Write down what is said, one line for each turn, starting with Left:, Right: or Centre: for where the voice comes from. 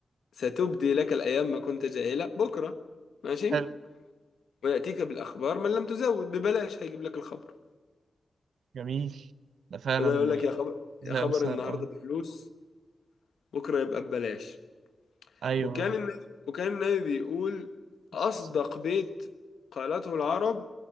Left: ستبدي لك الأيام ما كنت جاهلة بكرة ماشي
Right: حلو
Left: ويأتيك بالأخبار من لم تزود ببلاش هيجيب لك الخبر
Right: جميل ده فعلا
Left: بدل يقول لك
Right: آه،
Left: يا خبر
Right: زي
Left: يا خبر
Right: مثال
Left: النهاردة
Right: اه
Left: بفلوس بكرة يبقى ببلاش
Right: ايوه
Left: وكان
Right: آه.
Left: النبي وكان النبي بيقول أصدق
Right: بس السلام
Left: بيت قالته العرب